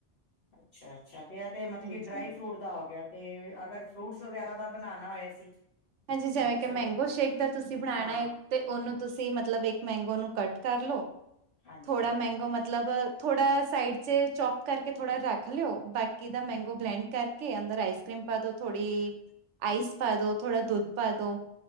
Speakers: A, on the left (about 55°); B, on the right (about 80°).
A: ਅੱਛਾ-ਅੱਛਾ ਤੇ ਇਹ ਤੇ ਮਤਲ ਕਿ
B: ਹਾਂਜੀ।
A: ਡਰਾਈ ਫਰੂਟ ਦਾ ਹੋ ਗਿਆ ਤੇ ਅਗਰ ਫਰੂਟਸ ਵਗੈਰਾ ਦਾ ਬਣਾਉਣਾ ਹੋਏ ਅਸੀਂ।
B: ਹਾਂਜੀ, ਜਿਵੇਂ
A: ਜਿਸ
B: ਕਿ
A: ਤਰ੍ਹਾਂ
B: ਮੈਂਗੋ ਸ਼ੇਕ ਦਾ ਤੁਸੀਂ ਬਣਾਣਾ
A: ਹਾਂ
B: ਐਂ। ਤੇ ਉਹਨੂੰ ਤੁਸੀਂ ਮਤਲਬ ਇੱਕ ਮੈਂਗੋ ਨੂੰ ਕੱਟ ਕਰ ਲੋ,
A: ਹਾਂਜੀ-ਹਾਂਜੀ
B: ਥੋੜ੍ਹਾ ਮੈਂਗੋ ਮਤਲਬ ਥੋੜਾ ਸਾਈਡ ਚ ਚੋਪ ਕਰਕੇ ਥੋੜਾ ਰੱਖ ਲਿਓ ਬਾਕ ਕੀ ਦਾ ਮੈਂਗੋ ਬਲੈਂਡ ਕਰਕੇ ਅੰਦਰ ਆਈਸ ਕਰ੍ਰੀਮ ਪਾ ਦੋ ਥੋੜ੍ਹੀ ਆਈਸ ਪਾ ਦੋ, ਥੋੜਾ ਦੁੱਧ ਪਾ ਦੋ,